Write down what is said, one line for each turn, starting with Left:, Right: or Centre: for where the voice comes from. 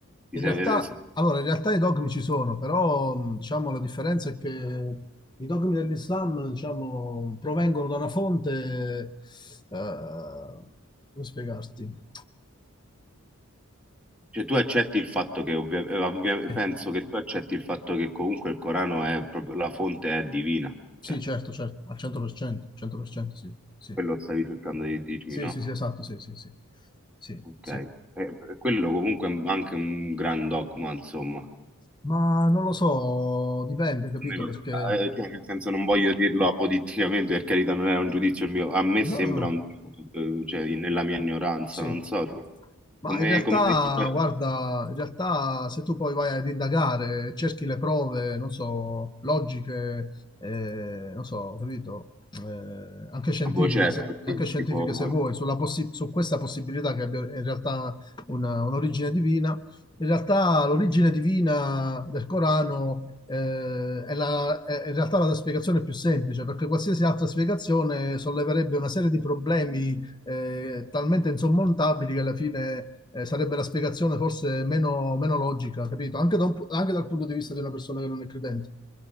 Centre: ti
Left: In
Centre: sei-
Left: realtà, allora, in realtà i dogmi ci sono, però mh, diciamo, la differenza è che i dogmi dell'Islam diciamo, provengono da una fonte, eh, come spiegarti?
Centre: Cioè, tu accetti il fatto che, ovvia- eh, ovvia-
Left: Eh,
Centre: penso
Left: eh,
Centre: che tu accetti il fatto che comunque il Corano è proprio, la fonte è divina,
Left: sì,
Centre: cioè,
Left: certo, certo, al 100%, 100%, sì, sì,
Centre: quello stavi cercando di dirmi,
Left: sì,
Centre: no?
Left: sì, sì, esatto, sì, sì, sì, sì,
Centre: Ok.
Left: sì.
Centre: Eh, eh, quello comunque è anche un gran dogma, insomma.
Left: Ma non lo so, dipende, capito?
Centre: Almeno,
Left: Perché...
Centre: eh, cioè, nel senso non voglio dirlo apoditticamente, per carità, non era un giudizio il mio, a me
Left: No,
Centre: sembra
Left: no, no.
Centre: un eh, cioè, nella mia ignoranza,
Left: Sì.
Centre: non so,
Left: Ma
Centre: come,
Left: in realtà,
Centre: come l'hai superato?
Left: guarda, in realtà se tu poi vai ad indagare, cerchi le prove, non so, logiche, eh, non so, capito, eh, anche scientifiche,
Centre: Ah, boh, certo,
Left: se,
Centre: perché
Left: anche scientifiche
Centre: tipo,
Left: se vuoi, sulla possi- su questa possibilità che abbia in realtà una- un'origine divina, in realtà l'origine divina del Corano, eh, è la- è in realtà la spiegazione più semplice, perché qualsiasi altra spiegazione solleverebbe una serie di problemi eh, talmente insormontabili che alla fine eh, sarebbe la spiegazione forse meno, meno logica, capito? Anche, da un- anche dal punto di vista di una persona che non è credente.